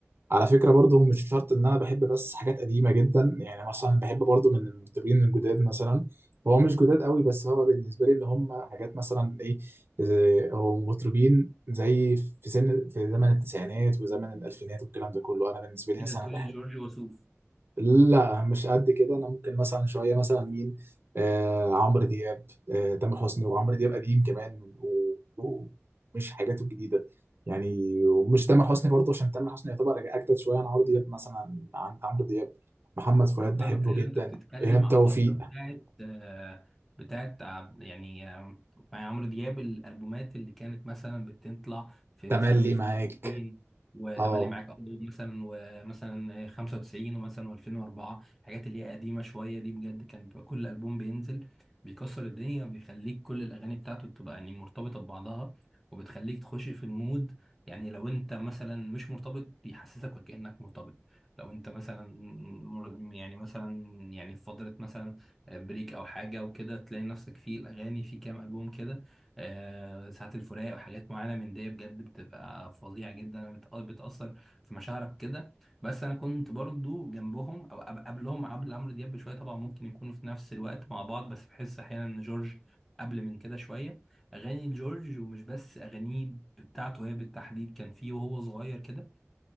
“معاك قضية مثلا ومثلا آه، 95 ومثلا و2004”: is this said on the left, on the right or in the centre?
Centre